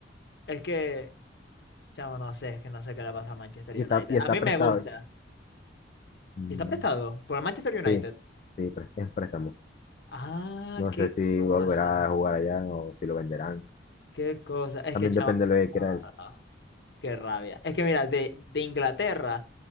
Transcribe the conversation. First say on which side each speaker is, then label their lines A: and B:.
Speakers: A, on the left (about 60°); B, on the left (about 40°).
A: Es que, chavo, no sé, es que no sé qué le pasa al Manchester
B: Y está,
A: United.
B: y está
A: A mí
B: prestado.
A: me gusta.
B: ¿eh? Mm,
A: Y está prestado por el Manchester United.
B: Sí, sí, pres- es préstamo.
A: Ah,
B: No
A: qué
B: sé si
A: cosa.
B: volverá a jugar allá o si lo venderán.
A: Qué cosa. Es
B: También
A: que, chavo.
B: depende de lo que
A: ah,
B: quiera él.
A: no, no, qué rabia. Es que, mira, de, de Inglaterra,